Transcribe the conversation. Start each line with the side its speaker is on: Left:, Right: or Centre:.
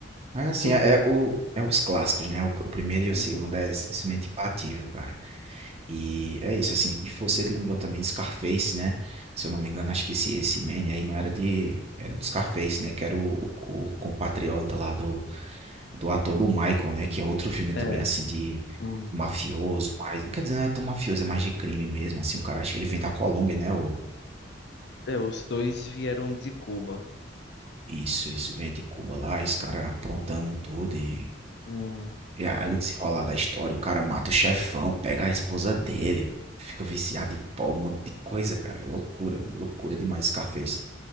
Right: Mas assim,
Left: Tu-
Right: é, é o, é os clássicos, né? O, o primeiro e
Left: Uhum.
Right: o segundo é simplesmente imbatível, cara. E é isso, assim. E você lembrou também Scarface, né? Se eu não me engano, acho que esse, esse man aí não era de. Era do Scarface, né? Que era o, o, o compatriota lá do, do ator do Michael, né? Que é outro filme
Left: É,
Right: também, assim, de
Left: uhum.
Right: mafioso, mas. Não quer dizer, não é tão mafioso, é mais de crime mesmo. Assim, o cara, acho que ele vem da Colômbia, né? O,
Left: É, os dois vieram de Cuba.
Right: isso, isso, vem de Cuba lá, esse cara aprontando tudo e
Left: Uhum.
Right: E aí o desenrolar da história, o cara mata o chefão, pega a esposa dele, fica viciado em pó, um monte de coisa, cara. É loucura, loucura demais Scarface.